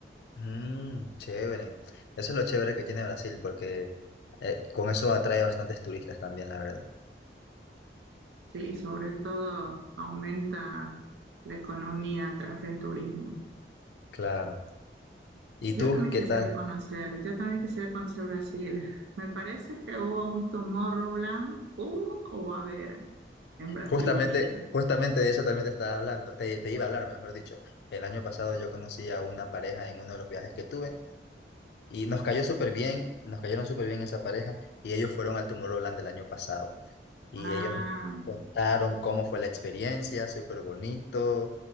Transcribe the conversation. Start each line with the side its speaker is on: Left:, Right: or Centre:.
Left: Mm, chévere. Eso es lo chévere que tiene Brasil, porque eh, con eso atrae bastantes turistas también, la verdad.
Right: Sí, sobre todo aumenta la economía a través del turismo.
Left: Claro. ¿Y tú
Right: Yo también
Left: qué
Right: quisiera
Left: tal?
Right: conocer, yo también quisiera conocer Brasil. Me parece que hubo un Tomorrowland, hubo o va a haber en Brasil
Left: Justamente,
Right: mismo.
Left: justamente de eso también te estaba hablando, te, te iba a hablar, mejor dicho. El año pasado yo conocí a una pareja en uno de los viajes que tuve y nos cayó súper bien, nos cayeron súper bien esa pareja y ellos fueron al Tomorrowland del año pasado. y
Right: Ah,
Left: ellos me contaron cómo fue la experiencia, súper bonito,